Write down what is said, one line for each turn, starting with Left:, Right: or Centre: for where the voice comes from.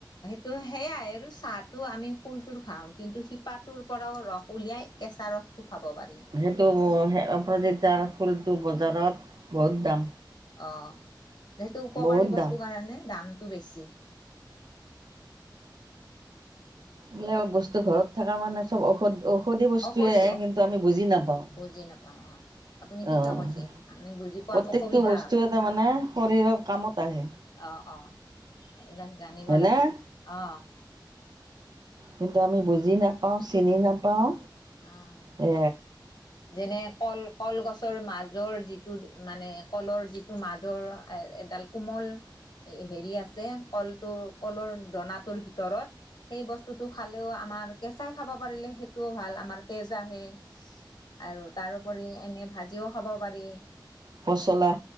Left: তো সেয়াই আৰু চাহটো আমি ফুলটোৰ খাওঁ কিন্তু শিপাটোৰ পৰাও ৰস উলিয়াই কেঁচা ৰসটো খাব পাৰি।
Right: সেইটো আপোনাৰ যেতি ফুলটো ব দাৰৰত বহু দাম
Left: অঁ সেইটো উপকাৰী
Right: বহুত দাম।
Left: বস্তুৰ কাৰণে দাম টো বেছি
Right: বোলে বস্তু ঘৰত থকা মানে চব ঔষধ ঔধ ধ বস্তুৱে
Left: ঔষধি অ'
Right: কিন্তু আমি বুজি নাপাওঁ
Left: বুজি অ'। আপুনি ঠিকে
Right: আহ
Left: কৈছে
Right: প্ৰত্য়েকটো
Left: আমি বুজি পোৱাত অসুবিধা
Right: বস্তু
Left: হয়
Right: তাৰ মানে শৰীৰৰ কামত আহে
Left: অ অঁ এইবিলাক জানিব
Right: হয়নে?
Left: লাগিব অ
Right: কিন্তু আমি বুজি নাপাওঁ চিনি নাপাওঁ
Left: অ'
Right: এ
Left: যেনে কল কলগছৰ মাজৰ যিটো মানে কলৰ যিটো মাজৰ এডাল কোমল হেৰি আছে কলটো কলৰ দনাটোৰ ভিতৰত সেই বস্তুটো খালেও আমাৰ কেঁচাই খাব পাৰিলে সেইটোও ভাল আমাৰ তেজ আহে আৰু তাৰপৰি এনে ভাজিও খাব পাৰি
Right: পচলা
Left: এ